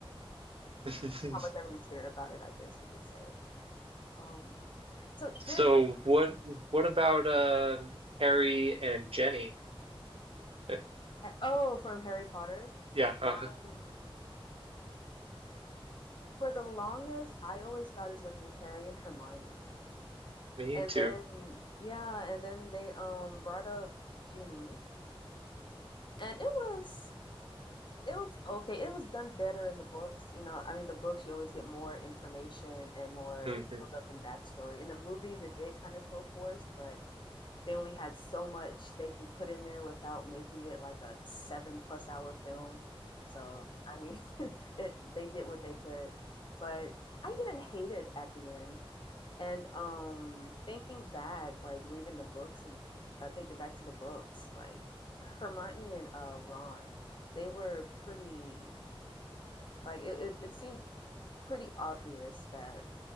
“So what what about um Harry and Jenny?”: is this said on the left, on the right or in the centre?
Right